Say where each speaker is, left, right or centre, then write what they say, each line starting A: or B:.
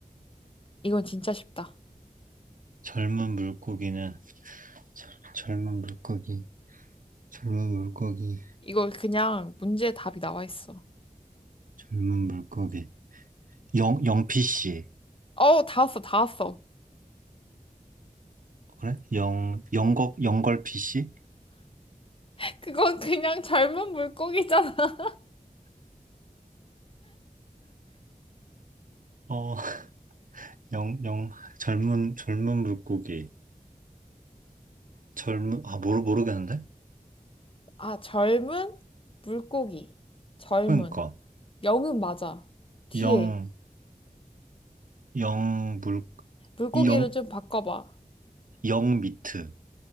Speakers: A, on the left; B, on the right.
A: 이건 진짜 쉽다.
B: 젊은 물고기는, 젊- 젊은 물고기, 젊은 물고기,
A: 이거 그냥 문제 답이 나와 있어.
B: 젊은 물고기. 영, 영피씨.
A: 어, 다 왔어, 다 왔어.
B: 그래? 영, 영걸, 영걸피씨?
A: <laughs> 그건 그냥 젊은 물고기잖아. <laughs>
B: 어, <laughs> 영, 영, 젊은, 젊은 물고기. 젊은, 아, 모르, 모르겠는데?
A: 아, 젊은 물고기. 젊은.
B: 그러니까,
A: 영은 맞아. 뒤에.
B: 영, 영, 물,
A: 물고기를
B: 영,
A: 좀 바꿔봐.
B: 영 미트.